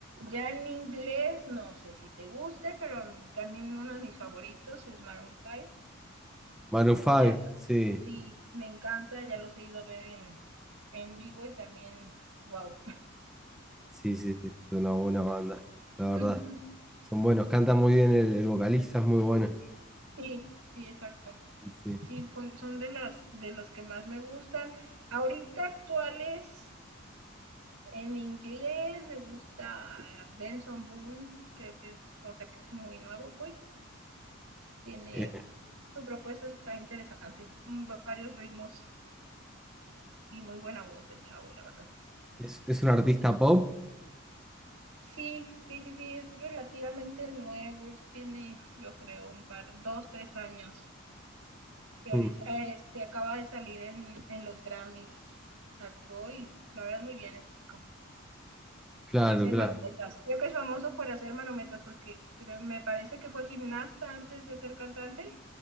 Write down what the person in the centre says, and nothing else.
Maroon 5,
sí,
sí, sí, sí, es una buena banda, la verdad,
son buenos, cantan muy bien, el, el vocalista es muy bueno.
sí. sí.
Eh,
es, es un artista pop.
Mm,
claro,
claro.